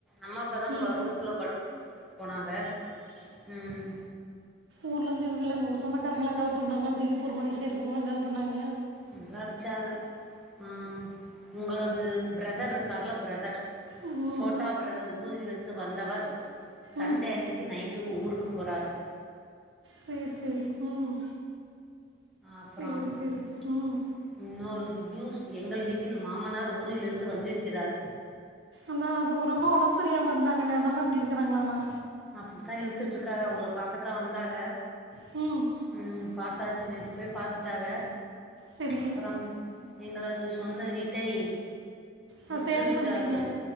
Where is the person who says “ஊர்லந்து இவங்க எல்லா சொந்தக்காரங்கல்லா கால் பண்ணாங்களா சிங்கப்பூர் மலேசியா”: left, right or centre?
Right